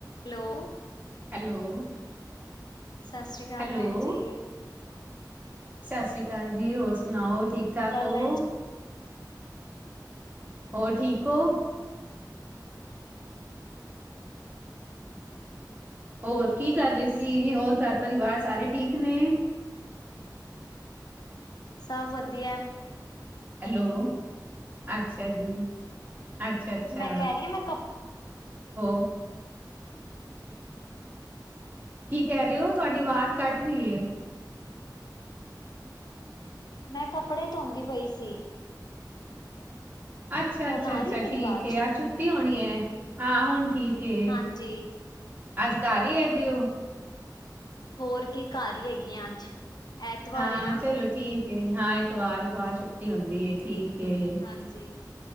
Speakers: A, on the left; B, on the right.
A: Hello.
B: Hello.
A: ਸਤਿ ਸ੍ਰੀ ਅਕਾਲ
B: ਹੈਲੋ
A: ਭੈਣ ਜੀ।
B: ਸਤਿ ਸ੍ਰੀ ਅਕਾਲ ਜੀ, ਹੋਰ ਸੁਣਾਓ ਠੀਕ-ਠਾਕ
A: ਸ਼੍ਰੀ ਅਕਾਲ
B: ਓ?
A: ਭੈਣ ਜੀ,
B: ਹੋਰ, ਠੀਕ ਓ? ਹੋਰ ਕੀ ਕਰ ਰਹੇ ਸੀ, ਹੋਰ ਘਰ-ਪਰਿਵਾਰ ਸਾਰੇ ਠੀਕ ਨੇ?
A: ਸਭ ਵਧੀਆ।
B: ਹੈਲੋ, ਅੱਛਾ ਜੀ। ਅੱਛਾ-ਅੱਛਾ,
A: ਮੈਂ ਕਹਿ ਰਹੀ ਹਾਂ ਮੈਂ ਕੱਪ
B: ਹੋ ਕੀ ਕਹਿ ਰਹੇ ਓ, ਤੁਹਾਡੀ ਅਵਾਜ਼ ਕੱਟ ਰਹੀ ਏ।
A: ਮੈਂ ਕੱਪੜੇ ਧੋਂਦੀ ਪਈ ਸੀ।
B: ਅੱਛਾ-ਅੱਛਾ-ਅੱਛਾ
A: ਹੁਣ ਆ ਰਹੀ ਹੈ ਮੇਰੀ
B: ਠੀਕ
A: ਆਵਾਜ਼?
B: ਏ, ਅੱਜ ਛੁੱਟੀ ਹੋਣੀ ਏ, ਹਾਂ ਹੁਣ ਠੀਕ ਏ।
A: ਹਾਂਜੀ,
B: ਅੱਜ ਘਰ ਈ ਹੈਗੇ ਓ?
A: ਹੋਰ ਕੀ ਘਰ ਹੀ ਹੈਗੀ ਆਂ, ਅੱਜ। ਐਤਵਾਰ
B: ਹਾਂ
A: ਏ ਨਾ,
B: ਚਲੋ ਠੀਕ ਏ, ਹਾਂ ਏਤਵਾਰ-ਏਤਵਾਰ ਛੁੱਟੀ ਹੁੰਦੀ ਏ, ਠੀਕ ਏ।
A: ਹਾਂਜੀ।